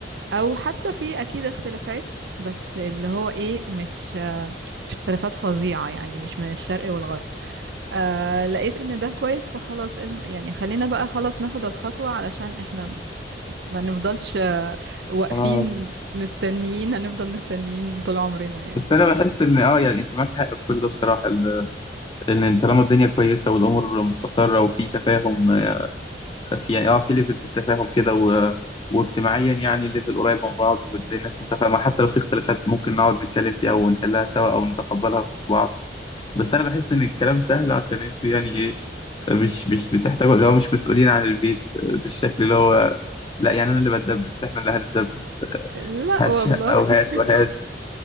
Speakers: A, on the right; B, on the left.
A: او حتى في اكيد اختلافات بس اللي هو ايه مش آه، مش اختلافات فظيعه يعني مش من الشرق والغرب آه لقيت ان ده كويس فخلاص انه يعني خلينا بقى خلاص ناخد الخطوة علشان احنا م- ما نفضلش آه، واقفين
B: آه.
A: مستنيين هنفضل مستنيين طول عمرنا يعني
B: بس انا بحس ان اه يعني انت معاك حق في كل ده بصراحه ال- ان طالما الدنيا كويسه والامور مستقره وفي تفاهم في يعني اه في ليفل في التفاهم كده و... واجتماعيا يعني الليفل قريب من بعض والناس متفاهمة حتى لو في اختلافات ممكن نقعد نتكلم فيها ونحلها سوا أو نتقبلها في بعض بس أنا بحس إن الكلام سهل عشان انتوا يعني إيه مش مش بتحتاجوا اللي هو مش مسؤولين عن البيت بالشكل اللي هو لا يعني أنا اللي بتدبس إحنا اللي هنتدبس
A: لا
B: هات
A: والله
B: شقة وهات
A: <laughs>
B: وهات